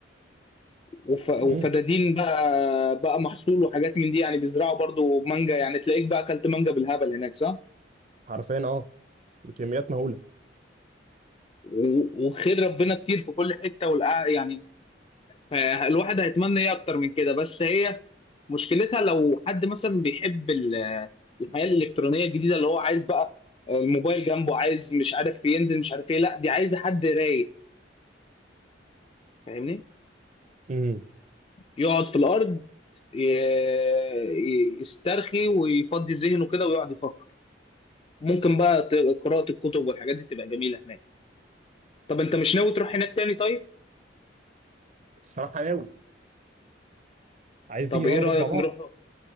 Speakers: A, on the left (about 30°); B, on the right (about 40°).
A: وف... وفدادين
B: امم
A: بقى بقى محصول وحاجات من دي يعني بيزرعوا برضو مانجا يعني تلاقيك بقى اكلت مانجا بالهبل هناك صح
B: حرفيا اه بكميات مهوله
A: و... وخير ربنا كتير في كل حته والقع... يعني فالواحد هيتمنى ايه اكتر من كده بس هي مشكلتها لو حد مثلا بيحب ال- الحياه الالكترونيه الجديده اللي هو عايز بقى الموبايل جنبه عايز مش عارف ينزل مش عارف ايه لا دي عايزه حد رايق فاهمني
B: امم
A: يقعد في الارض ي- ي- يسترخي ويفضي ذهنه كده ويقعد يفكر ممكن بقى ت- قراءه الكتب والحاجات دي تبقى جميله هناك طب انت مش ناوي تروح هناك تاني طيب
B: الصراحه ناوي عايز
A: طب
B: تيجي مره
A: ايه رايك
B: نروح مع بعض
A: نروح